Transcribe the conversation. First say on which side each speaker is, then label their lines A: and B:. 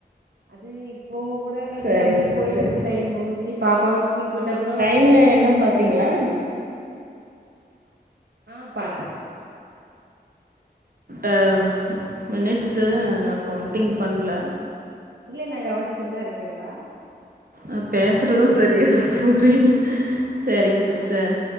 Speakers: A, on the right; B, on the right.
A: அது இப்போ கூட வீட்ல
B: சரிங்க
A: அப்டியே
B: சிஸ்டர்
A: போயிருது டைமு இனி பாப்பாவ ஸ்கூலுக்கு விட்ட அப்றோ
B: இன்னு என்னப் பாத்தீங்ளா
A: அ பாத்தே பாத்தே
B: ஆ மினிட்ஸ்ஸு நா கவுண்ட்டிங் பண்ல
A: இல்ல நா கவனிச்சிட்டுதா இருக்கேங்கா
B: அ பேசறது சரியா புரில சேரிங்க சிஸ்டர்